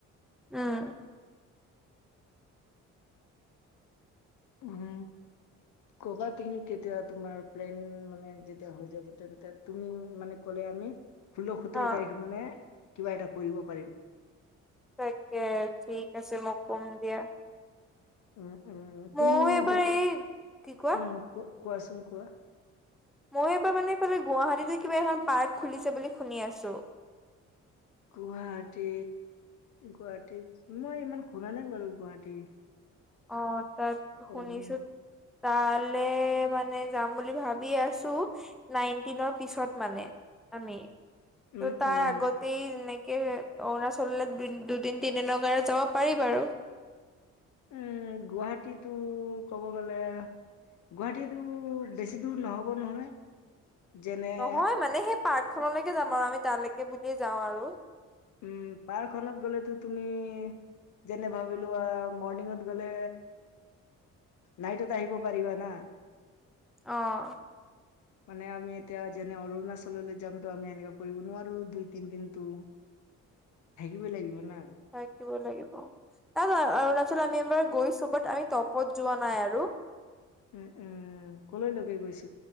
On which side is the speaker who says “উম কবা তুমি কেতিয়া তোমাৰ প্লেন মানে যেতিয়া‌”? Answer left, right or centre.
Left